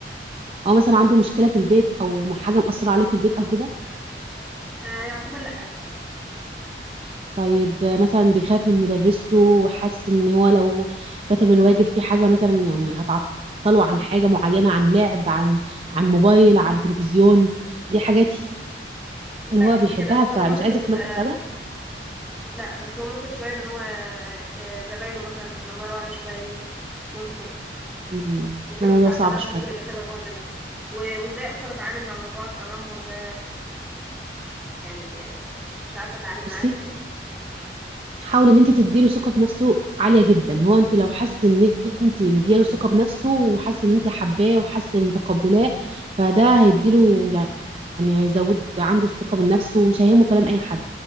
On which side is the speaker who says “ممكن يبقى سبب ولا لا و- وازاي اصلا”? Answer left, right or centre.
Centre